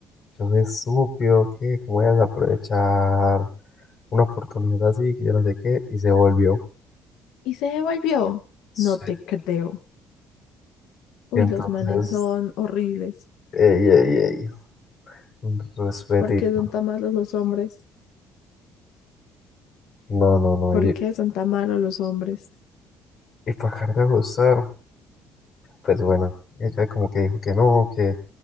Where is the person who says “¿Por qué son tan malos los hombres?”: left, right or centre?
Left